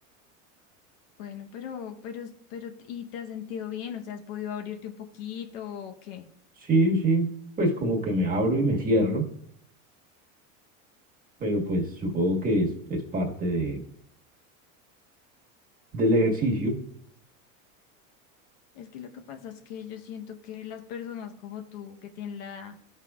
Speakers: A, on the left; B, on the right.
A: bueno, pero, pero, pero, ¿y te has sentido bien? O sea, ¿has podido abrirte un poquito o qué?
B: Sí, sí, pues como que me abro y me cierro, pero pues supongo que es, es parte de, del ejercicio.
A: Es que lo que pasa es que yo siento que las personas como tú que tienen la,